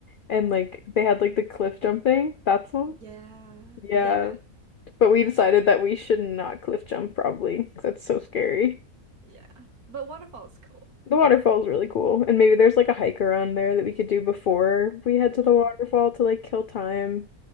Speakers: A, on the left; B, on the right.
A: And like they had like the cliff jumping. That's one.
B: Yeah.
A: Yeah.
B: Yeah.
A: But we decided that we should not cliff jump probably. 'cause That's so scary.
B: Yeah. But waterfall is cool.
A: The waterfall's really cool. And maybe there's like a hike around there that we could do before we head to the
B: Mm.
A: waterfall to like kill time.